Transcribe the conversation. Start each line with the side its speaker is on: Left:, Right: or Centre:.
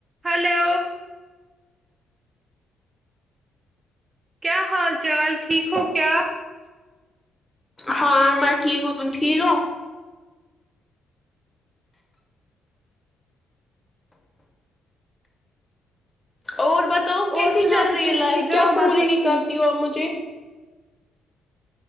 Right: Hello کیا حال چال ٹھیک ہو کیا
Left: ہاں میں ٹھیک ہوں تم ٹھیک ہو اور بتاؤ کیسی
Right: اور سناؤ
Left: چل
Right: کچھ
Left: رہی
Right: تم
Left: ہے لائف
Right: کسی ڈرامہ
Left: کیا فون
Right: کی
Left: ہی نہیں
Right: تم
Left: کرتی ہو آپ مجھے